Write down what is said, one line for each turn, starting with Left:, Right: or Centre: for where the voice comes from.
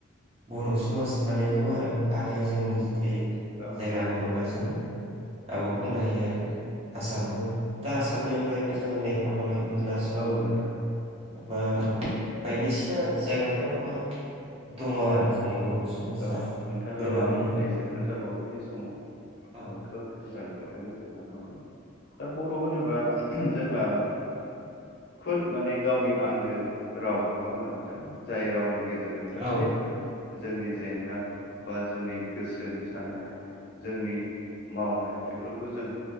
Right: बर' समाज थानायखौ आरो गाहाय जों जुदि जायगा
Left: औ
Right: नङाबा जों आब'खौ बुंनो हायो आरो आसामखौ दा आसामनि अनगायैबो जोङो मेघालय अरुनाचल
Left: औ नोंथां
Right: बा बायदिसिना जायगाफ्रावबा दङ आरो जोंनि बर' समाजा
Left: औ नोंथां
Right: दोलाबायनो
Left: र' आं मोननैसो
Right: दं
Left: खोन्थाबावनो बे समाव
Right: औ
Left: आं खोब मोजां खोथा गोसोखांनो हादों दा बर' होनोबा जोंहा खुद माने गावनि आंगो राव नङा होमबा नोंथां जाय रावनि गेजे गेजेरजों गासैबो
Right: औ
Left: जोंनि जेंना बा जोंनि गोसोनि साननाय जोंनि मावनाय बेफोरखौ जों